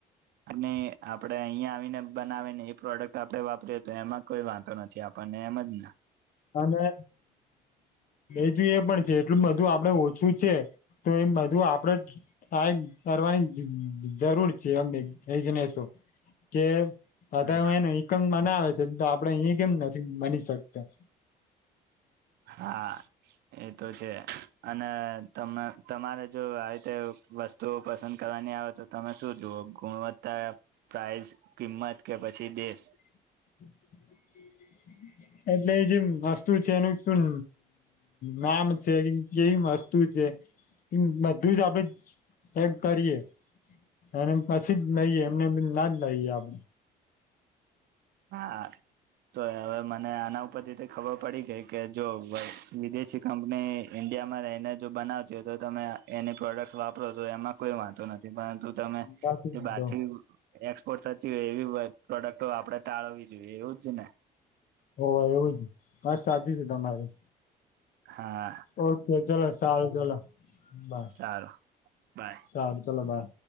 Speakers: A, on the right (about 70°); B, on the left (about 55°).
A: અને આપડે અહીંયા આવીને બનાવીને એ પ્રોડક્ટ આપડે વાપરીએ તો એમાં કોઈ વાંધો નથી. આપડ <unintelligible> નેમજન
B: અને બજું એ પણ છે એટલું બધું આપડે ઓછું છે તો એમ બધું આપણે થાય એ કરવાની જરૂર છે એમ એજનેસો. કે
A: હા
B: બધા એવાહેને ઇકન મનાવે છે, તો આપડે અહીંયા કેમ નથી બની શકતા.
A: હા એતો છે અને તમ તમારે જો આવી રીતે વસ્તુઓ પસંદ કરવાની આવે તો તમે શું જુઓ ગુણવત્તા પ્રાઈઝ, કિંમત કે પછી દેશ.
B: <inaudible> એટલે એ જેમ વસ્તુ છે, એનું શું નામ છે, કેવી વસ્તુ છે. બધું જ આપડે હેક કરીએ. <unintelligible> અને પછી જ લઈ એમનેમ ના જ લઈએ આપ
A: હા. તો હવે મને આના ઉપરથી ખબર પડી ગઈ કે જો વિદેશી કંપની ઇન્ડિયામાં રહીને જો બનાવતી હોય તો તમે એની પ્રોડક્ટ્સ વાપરો તો એમાં કોઈ વાંંધો નથી, પરંતુ તમે
B: બાકી ન
A: બારથી
B: તો
A: <unintelligible> એમ્પોર્ટ થતી હોય એવી પ્રોડક્ટ આપડે ટાળવી જોઈએ એવું જ ને.
B: હોવ એવું જ વાત સાચી છે તમારી.
A: હા
B: ઓકે ચલો સારું ચલો બાય.
A: સારું બાય
B: સારું ચલો બાય.